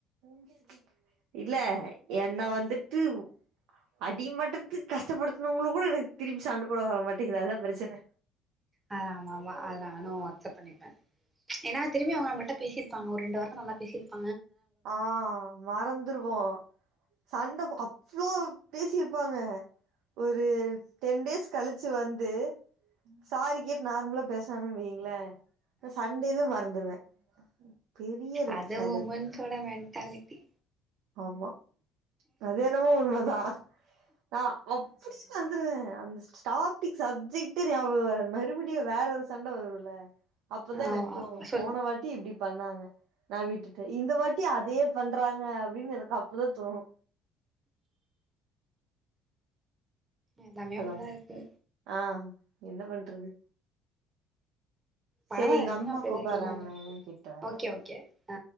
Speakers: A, on the right; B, on the right.
A: உங்க <unintelligible> இல்ல என்ன வந்துட்டு அடி மட்டத்துக் கஷ்டப்படுத்தனவங்களு கூட எனக்கு திரும்பி சண்ட போட வர மாட்டேங்குது அ அதா பிரச்சன
B: அத ஆமா அதா நானு அக்சப்ட பண்ணகப்பே ஏன்னா திரும்பி அவுங்க நம்மளிட்ட பேசியிருப்பாங்க ஒரு ரெண்டு வார்த்த நல்லா பேசியிருப்பாங்க
A: ஆ மறந்துருவோ சண்ட போ அ ஸ்லோ பேசி இருப்பாங்க ஒரு டென் டேஸ் கழிச்சு வந்து சாரி கேட் நார்மலா பேசனான்னு வைங்களே நா சண்டேவே மறந்துருவே பெரிய ரெட்
B: அது
A: ஃபிளாக்
B: உமன்சோட மண்ட் டாலிட்டி
A: ஆமா அது எதுவோ உண்மதா நா அப்டி மறந்துருவே அந்த ச்டாபிக் சப்ஜெக்டெ ஞாபக வராது மறுபடியு வேற ஒ சண்ட வருலே அப்பதா எனக்கு
B: ஆமா
A: தோனு
B: சொல்லு
A: போன வாட்டி இப்டி பண்ணாங்க நா விட்டுட்டே இந்த வாட்டி அதே பண்றாங்க வீட்ல எனக்கு அப்பதா தோணு
B: எல்லாமே
A: ஹலோ
B: அப்டிதா இருக்கு
A: ஆ என்ன பண்றது
B: பரவால்ல
A: சரி எங்க
B: நீங்களு
A: அம்மா
B: அப்டிதா
A: கூப்புறாங்க
B: இருக்கீங்க
A: நா என்னன் கேட்டு வரே
B: ஓகே ஓகே ஆ